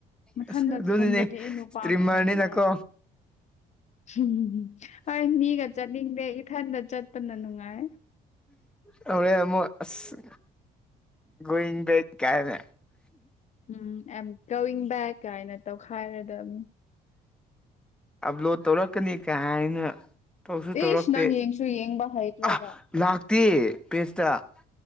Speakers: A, on the left; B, in the centre.
A: ꯃꯊꯟꯗ
B: ꯑꯁ ꯑꯗꯨꯅꯤꯅꯦ
A: ꯍꯟꯗꯗꯤ ꯑꯩ ꯅꯨꯄꯥꯒ
B: ꯏꯁꯇ꯭ꯔꯤꯃꯔꯅꯤꯅꯀꯣ
A: ꯍꯟꯒꯦꯔꯥ ꯎꯝ ꯍꯣꯏ ꯃꯤꯒ ꯆꯠꯅꯤꯡꯗꯦ ꯏꯊꯟꯗ ꯆꯠꯄꯅ ꯅꯨꯡꯉꯥꯏ
B: ꯇꯧꯔꯛꯑꯦ ꯑꯃꯨꯛ ꯑꯁ ꯒ꯭ꯔꯤꯟ ꯕꯦꯠ ꯀꯥꯏꯅ
A: ꯎꯝ ꯑ ꯑꯦꯝ ꯀꯣꯋꯤꯡ ꯕꯦꯛ ꯀꯥꯏꯅ ꯇꯧꯈꯥꯏꯔꯗꯕꯅꯤ
B: ꯑꯞꯂꯣꯗ ꯇꯧꯔꯛꯀꯅꯤ ꯀꯍꯥꯏꯅ ꯇꯧꯁꯨ ꯇꯧꯔꯛꯇꯦ
A: ꯏꯁ ꯅꯪ ꯌꯦꯡꯁꯨ ꯌꯦꯡꯕ ꯍꯩꯇ꯭ꯔꯒ
B: ꯑ ꯂꯥꯛꯇꯦ ꯄꯦꯁꯇ